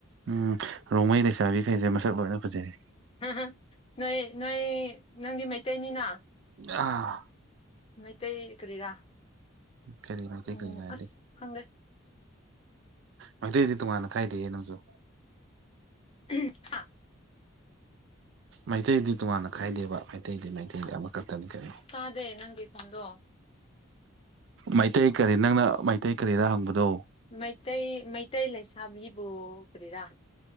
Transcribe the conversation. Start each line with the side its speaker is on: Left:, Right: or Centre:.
Right: ꯎꯝ ꯔꯣꯡꯃꯩ ꯂꯩꯁꯥꯕꯤꯈꯩꯁꯦ ꯃꯁꯛ ꯂꯣꯏꯅ ꯐꯖꯩ
Left: ꯝ ꯅꯣꯏ ꯅꯣꯏ ꯅꯪꯒꯤ ꯃꯩꯇꯩꯅꯤꯅ
Right: ꯑꯥ
Left: ꯃꯩꯇꯩ ꯀꯔꯤꯔꯥ
Right: ꯀꯔꯤ ꯃꯩꯇꯩ
Left: ꯎꯝ
Right: ꯀꯔꯤ ꯍꯥꯏꯗꯤ
Left: ꯑꯁ ꯈꯪꯗꯦ
Right: ꯃꯩꯇꯩꯗꯤ ꯇꯣꯉꯥꯟꯅ ꯈꯥꯏꯗꯦ ꯅꯪꯁꯨ
Left: ꯎ ꯍꯥ
Right: ꯃꯩꯇꯩꯗꯤ ꯇꯣꯉꯥꯟꯅ ꯈꯥꯏꯗꯦꯕ ꯃꯩꯇꯩꯗꯤ ꯃꯩꯇꯩꯗꯤ ꯑꯃꯈꯛꯇꯅꯤ ꯀꯩꯅꯣ
Left: ꯆꯗꯦ ꯅꯪꯒꯤ ꯆꯗꯣ
Right: ꯃꯩꯇꯩ ꯀꯔꯤ ꯅꯪꯅ ꯃꯩꯇꯩ ꯀꯔꯤꯔ ꯍꯪꯕꯗꯣ
Left: ꯃꯩꯇꯩ ꯃꯩꯇꯩ ꯂꯩꯁꯥꯕꯤꯕꯨ ꯀꯔꯤꯔꯥ